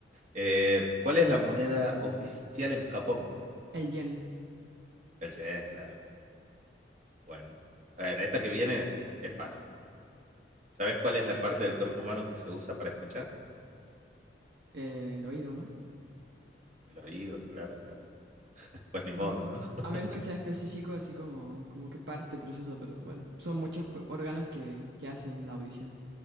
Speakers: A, on the right (about 45°); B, on the right (about 70°).
A: Eh, ¿cuál es la moneda oficial en Japón?
B: <laughs> El yen.
A: El yen, claro. Bueno, Bueno, esta que viene es fácil. ¿Sabes cuál es la parte del cuerpo humano que se usa para escuchar?
B: eh, el oído, ¿no?
A: El oído, claro, claro. <laughs> Pues ni modo,
B: A, m-
A: ¿no? <laughs>
B: a menos que sea específico, así como, como que parte proceso, pero bueno, son muchos fu- órganos que, que hacen la audición.